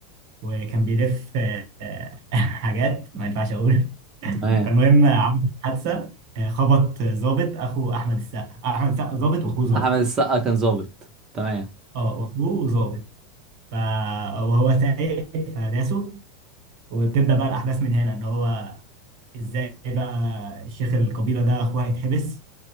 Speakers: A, on the right; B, on the right.
A: وكان بيلف آه، آه، <laughs> حاجات ما ينفعش اقول
B: تمام
A: فالمهم عمل حادثه آه، خبط ظابط اخو احمد السقا احمد السقا ظابط واخوه ظابط
B: احمد السقا كان ظابط تمام
A: اه واخوه ظابط ف... وهو سايق فداسه وبتبدأ بقى الأحداث من هنا إن هو إزاي بقى الشيخ القبيلة ده أخوه هيتحبس